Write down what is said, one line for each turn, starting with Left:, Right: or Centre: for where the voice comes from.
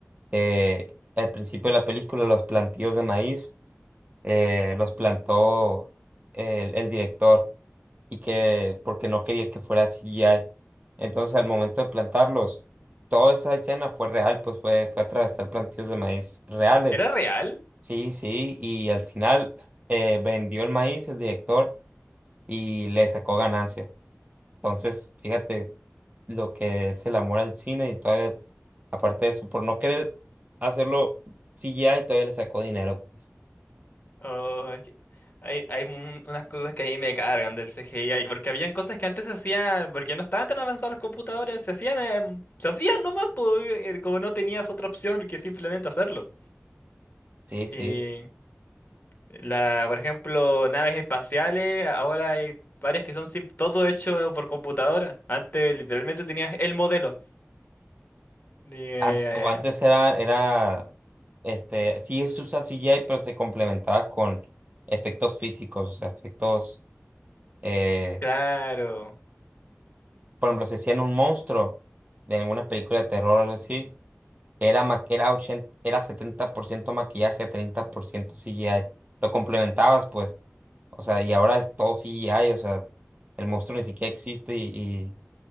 Right: eh, al principio de la película los plantíos de maíz eh, los plantó el, el director y que porque no quería que fuera CGI. Entonces, al momento de plantarlos, toda esa escena fue real, pues fue, fue atravesar plantíos de maíz reales.
Left: ¿Era real?
Right: Sí, sí, y al final eh, vendió el maíz el director y le sacó ganancia. Entonces, fíjate lo que es el amor al cine y todavía, aparte de eso, por no querer hacerlo CGI, todavía le sacó dinero, pues.
Left: Oh, es que hay, hay un- unas cosas que a mí me cargan del CGI, porque habían cosas que antes se hacían, porque no estaban tan avanzados los computadores, se hacían, em, se hacían nomás, po, eh, eh, como no tenías otra opción que simplemente hacerlo.
Right: Sí, sí.
Left: Y la, por ejemplo, naves espaciales, ahora hay varias que son sim- todo hecho por computadora. Antes literalmente tenías el modelo. Y, eh,
Right: An- o Antes era, era, este, sí se usa CGI, pero se complementaba con efectos físicos, o sea, efectos, eh,
Left: claro.
Right: por ejemplo, se hacían un monstruo de alguna película de terror o algo así, era, ma- era, 80, era 70% maquillaje, 30% CGI, lo complementabas, pues, o sea, y ahora es todo CGI, o sea, el monstruo ni siquiera existe y, y